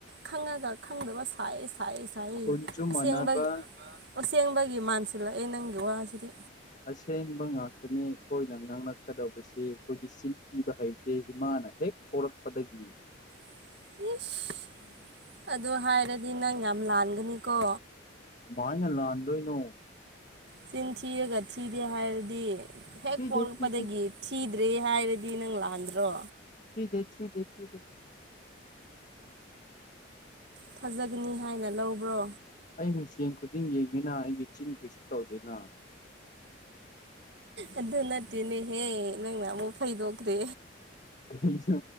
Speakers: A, on the right; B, on the left.
A: ꯈꯪꯉꯒ ꯈꯪꯗꯕ ꯁꯥꯏꯁꯦ ꯁꯥꯌꯦ ꯁꯥꯌꯦ
B: ꯈꯨꯟꯁꯨ
A: ꯑꯁꯦꯡꯕꯒꯤ
B: ꯃꯥꯟꯅꯕ
A: ꯑꯁꯦꯡꯕꯒꯤ ꯃꯥꯟꯁꯤꯜꯂꯛꯑꯦ ꯅꯪꯒꯤ ꯋꯥꯁꯤꯗꯤ
B: ꯑꯁꯦꯡꯕ ꯉꯥꯛꯇꯅꯦ ꯑꯩꯈꯣꯏꯅ ꯉꯥꯡꯂꯛꯀꯗꯧꯕꯁꯦ ꯑꯩꯈꯣꯏꯒꯤ ꯆꯤꯟꯊꯤꯕ ꯍꯩꯇꯦ ꯏꯃꯥ ꯍꯦꯛ ꯄꯣꯛꯂꯛꯄꯗꯒꯤ
A: <inaudible> ꯏꯁ ꯑꯗꯨ ꯍꯥꯏꯔꯗꯤ ꯅꯪ ꯌꯥꯝ ꯂꯥꯟꯒꯅꯤꯀꯣ
B: ꯀꯃꯥꯏꯅ ꯂꯥꯟꯗꯣꯏꯅꯣ
A: ꯆꯤꯟ ꯊꯤꯔꯒ ꯊꯤꯗꯦ ꯍꯥꯏꯔꯗꯤ ꯍꯦꯛ
B: ꯊꯤꯗꯦ
A: ꯄꯣꯛꯂꯛꯄꯗꯒꯤ
B: ꯊꯤꯗꯦ
A: ꯊꯤ ꯗ꯭ꯔꯤ ꯍꯥꯏꯔꯗꯤ ꯅꯪ ꯂꯥꯟꯗ꯭ꯔꯣ
B: ꯊꯤꯗꯦ ꯊꯤꯗꯦ ꯊꯤꯗꯦ
A: ꯊꯥꯖꯒꯅꯤ ꯍꯥꯏꯅ ꯂꯧꯕ꯭ꯔꯣ
B: ꯑꯩ ꯃꯤꯡꯁꯦꯟ ꯈꯨꯗꯤꯡ ꯌꯦꯡꯉꯤꯅ ꯑꯩꯗꯤ ꯆꯤꯟ ꯀꯩꯁꯨ ꯇꯧꯗꯦꯅ
A: ꯑꯗꯨ ꯅꯠꯇꯦꯅꯦꯍꯦ ꯅꯪꯅ ꯑꯃꯨꯛ ꯐꯩꯗꯣꯛꯇꯦ
B: ꯀꯩꯅꯣ